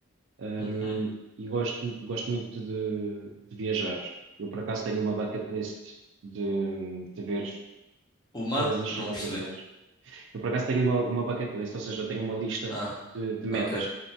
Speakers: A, on the right; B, on the left.
A: Um,
B: uhum.
A: e gosto, gosto muito de, de viajar. Eu, por acaso, tenho uma bucket list de, de ver
B: Uma?
A: todas as
B: Não
A: cidades
B: percebi.
A: europeias. Eu, por acaso, tenho uma, uma bucket list, ou seja, eu tenho uma lista
B: Ah,
A: de, de metas
B: ok.
A: que